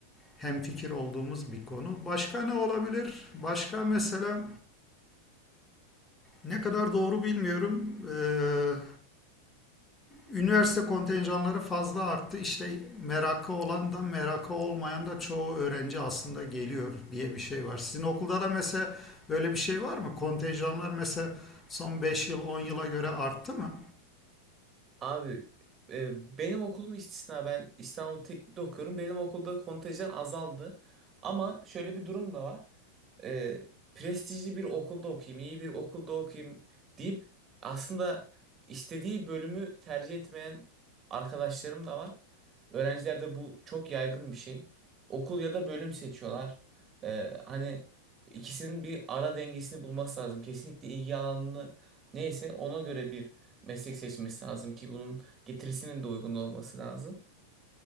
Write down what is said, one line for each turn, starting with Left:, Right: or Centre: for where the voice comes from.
Left: hemfikir olduğumuz bir konu. Başka ne olabilir? Başka mesela ne kadar doğru bilmiyorum. Ee, Üniversite kontenjanları fazla arttı. İşte merakı olan da merakı olmayan da çoğu öğrenci aslında geliyor diye bir şey var. Sizin okulda da mesela böyle bir şey var mı? Kontenjanlar mesela son 5 yıl 10 yıla göre arttı mı?
Right: Abi e, benim okulum istisna ben İstanbul Teknik'te okuyorum. Benim okulda kontenjan azaldı. Ama şöyle bir durum da var. E, prestijli bir okulda okuyayım, iyi bir okulda okuyayım deyip aslında istediği bölümü tercih etmeyen arkadaşlarım da var. Öğrencilerde bu çok yaygın bir şey. Okul ya da bölüm seçiyorlar. E, hani ikisinin bir ara dengesini bulması lazım. Kesinlikle ilgi alanını neyse ona göre bir meslek seçmesi lazım ki bunun getirisinin de uygun olması lazım.